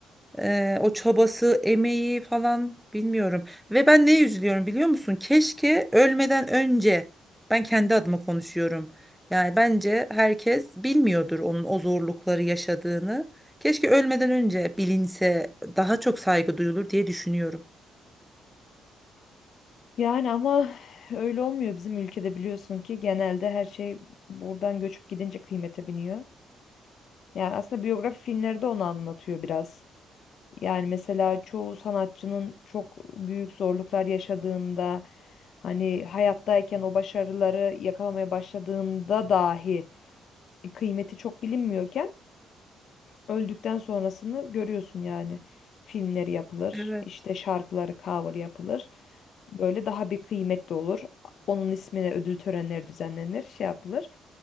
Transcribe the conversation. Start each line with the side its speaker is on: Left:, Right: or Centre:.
Centre: Eee, o çabası, emeği falan bilmiyorum. Ve ben neye üzülüyorum biliyor musun? Keşke ölmeden önce ben kendi adıma konuşuyorum. Yani bence herkes bilmiyordur onun o zorlukları yaşadığını. Keşke ölmeden önce bilinse daha çok saygı duyulur diye düşünüyorum.
Left: Yani ama öyle olmuyor bizim ülkede biliyorsun ki genelde her şey buradan göçüp gidince kıymete biniyor. Yani aslında biyografi filmleri de onu anlatıyor biraz. Yani mesela çoğu sanatçının çok büyük zorluklar yaşadığında hani hayattayken o başarıları yakalamaya başladığında dahi kıymeti çok bilinmiyorken öldükten sonrasını görüyorsun yani. Filmleri yapılır,
Centre: Evet.
Left: işte şarkıları cover yapılır. Böyle daha bir kıymetli olur. Onun ismine ödül törenleri düzenlenir, şey yapılır.